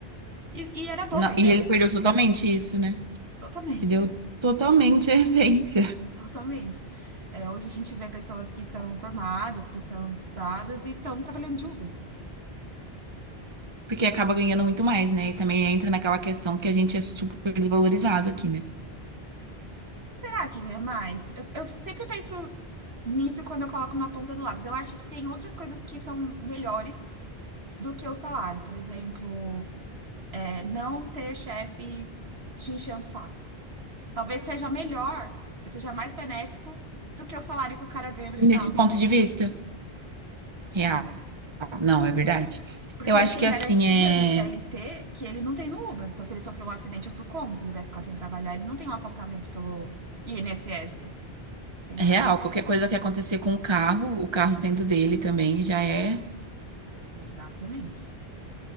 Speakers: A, on the right (about 80°); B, on the right (about 25°).
A: E, e era
B: Na-
A: boa a
B: E
A: ideia,
B: ele perdeu totalmente isso, né?
A: totalmente.
B: Perdeu totalmente a <laughs> essência.
A: Totalmente. É, hoje a gente vê pessoas que são formadas, que são estudadas e estão trabalhando de Uber.
B: Porque acaba ganhando muito mais, né? E também entra naquela questão que a gente é super desvalorizado aqui, né?
A: Será que ganha mais? Eu, eu sempre penso nisso quando eu coloco na ponta do lápis. Eu acho que tem outras coisas que são melhores do que o salário. Por exemplo, é, não ter chefe te enchendo o saco. Talvez seja melhor, seja mais benéfico do que o salário que o cara ganha no
B: Nesse
A: final do
B: ponto
A: mês,
B: de vista.
A: sabe?
B: Real.
A: Entendeu?
B: Não, é verdade.
A: Porque
B: Eu acho
A: ele tem
B: que assim
A: garantias
B: é.
A: no CLT que ele não tem no Uber. Então, se ele sofrer um acidente é por conta, ele vai ficar sem trabalhar, ele não tem um afastamento pelo INSS, entendeu?
B: É real, qualquer coisa que acontecer com o carro, o carro
A: Exato.
B: sendo dele também já é
A: Exatamente.